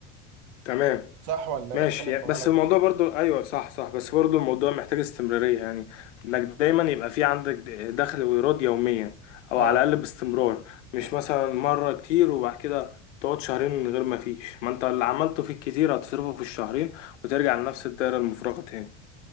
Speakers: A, on the left (about 90°); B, on the right (about 60°).
A: تمام
B: صح ولا
A: ماشي
B: بتكلم
A: يعني-
B: في غلط
A: بس الموضوع برضو ايوه صح صح بس برضو الموضوع محتاج استمرارية يعني انك دايما يبقى في عندك دخل وايراد يوميا او
B: اه
A: على الاقل باستمرار مش
B: ب-
A: مثلا مرة كتير وبعد كده تقعد شهرين من غير ما فيش ما انت اللي عملته في الكتير هتصرفه في الشهرين وترجع لنفس الدائرة المفرغة تاني